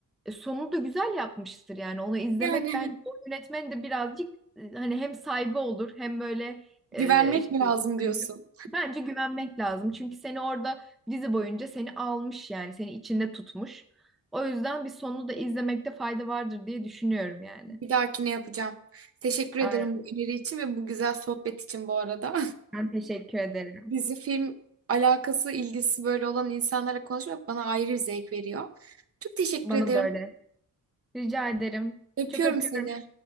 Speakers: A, in the centre; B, on the right (about 45°).
A: e, sonunu da güzel yapmıştır. Yani onu izlemek
B: Yani
A: bence
B: <laughs> evet.
A: o yönetmenin de birazcık e, hani hem saygı olur hem böyle e,
B: güvenmek
A: şey,
B: mi lazım diyorsun?
A: gü- bence güvenmek lazım. Çünkü seni orada dizi boyunca seni almış yani seni içinde tutmuş. O yüzden bir sonunu da izlemekte fayda vardır diye düşünüyorum yani.
B: Bir dahakine yapacağım. Teşekkür
A: Aynen.
B: ederim bu öneri için ve bu güzel sohbet için bu arada.
A: Ben teşekkür ederim.
B: <laughs> Dizi film alakası, ilgisi böyle olan insanlara konuşmak bana ayrı bir zevk veriyor. Çok teşekkür
A: Bana
B: ederim.
A: da öyle. Rica ederim.
B: Öpüyorum
A: Çok öpüyorum.
B: seni.